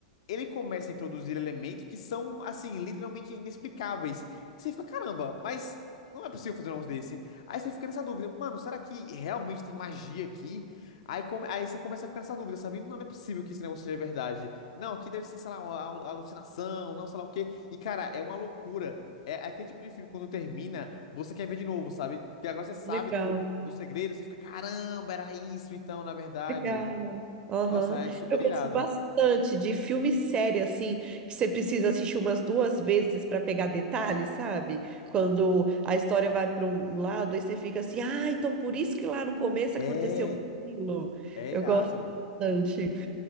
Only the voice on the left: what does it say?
ele começa a introduzir elementos que são, assim, literalmente inexplicáveis. Você fica, caramba, mas não é possível fazer um negócio desse. Aí você fica nessa dúvida, mano, será que realmente tem magia aqui? Aí, come- aí você começa a ficar nessa dúvida, sabe? Não, não é possível que esse negócio seja verdade. Não, aqui deve ser, sei lá, uma alu- alucinação, não sei lá o quê. E, cara, é uma loucura. É é aquele tipo de filme, quando termina, você quer ver de novo, sabe? Porque agora você sabe
do, do segredo, você fica, caramba, era isso então, na verdade.
Nossa, é super
irado.
É,
É
irado.